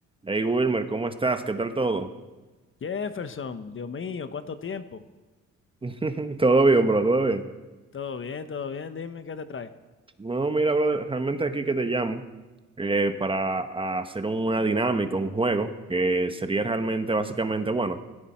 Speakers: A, on the right; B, on the left.
A: Hey Wilmer, ¿cómo estás? ¿Qué tal todo?
B: Jefferson, Dios mío, ¿cuánto tiempo?
A: <laughs> Todo bien, bro, todo bien.
B: Todo bien, todo bien, dime qué te trae.
A: No, mira, bro, realmente aquí que te llamo eh, para hacer una dinámica, un juego, que sería realmente básicamente, bueno,